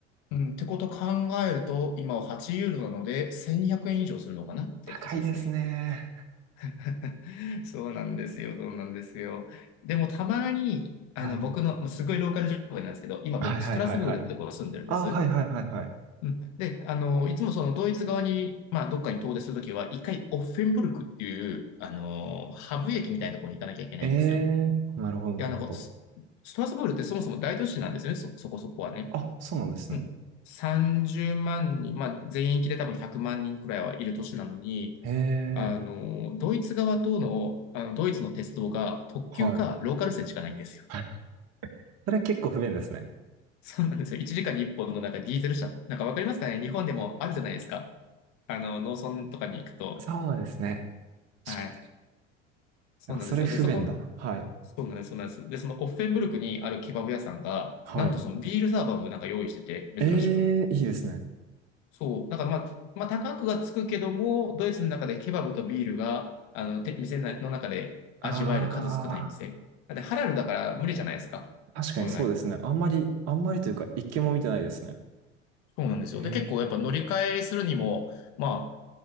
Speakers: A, on the left; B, on the right.
A: うん、ってこと考えると、今は8ユーロなので、1200円以上するのかなって感じですね。
B: 高いですね。
A: <laughs> そうなんですよ、そうなんですよ。でもたまに、あの、
B: はい。
A: 僕の、もうすごいローカル情報なんですけど、今僕、
B: はいはいはいはい。
A: ストラスブールってところに住んでるんです。
B: あ、はいはいはいはい。
A: うん、で、あの、いつもそのドイツ側に、まあ、どっかに遠出するときは、一回オッフェンブルクっていう、あの、ハブ駅みたいなところに行かなきゃいけないんですよ。
B: ええー、
A: い
B: なるほどなるほど。
A: や、なんかス、ストラスブールってそもそも大都市なんですよね、そ、そこそこはね。
B: あ、そうなんですね。
A: うん。30万人、まあ、全域で多分100万人くらいはいる都市なのに、
B: ええ
A: あの、ドイツ側との、あの、ドイツの鉄道が特急かローカル線しかないんですよ。
B: ー、はい。はい。
A: <laughs>
B: それ結構不便ですね。
A: そうなんですよ。1時間に1本のなんかディーゼル車。なんかわかりますかね日本でもあるじゃないですか。あの、農村とかに行くと、
B: そうですね。しかてる。
A: はい。そうなんですよ。
B: あ、それ不便だな。
A: で、そこ、
B: はい。
A: そうなんです、そうなんです。で、そのオッフェンブルクにあるケバブ屋さんが、
B: はい。
A: なんとそのビールサーバーもなんか用意してて、
B: ええー、
A: 珍しく。
B: いいですね。
A: そう。だからまあ、まあ、高くはつくけども、ドイツの中でケバブとビールが、あの、て店の中で味わえる数少ない店。
B: あ
A: だってハラルだから無理じゃないですか。
B: あ、確かにそうですね。
A: 本来。
B: あんまり、あんまりというか、一件も見てないですね。
A: そうなんですよ。
B: へえ、
A: で、結構やっぱ乗り換えするにも、まあ、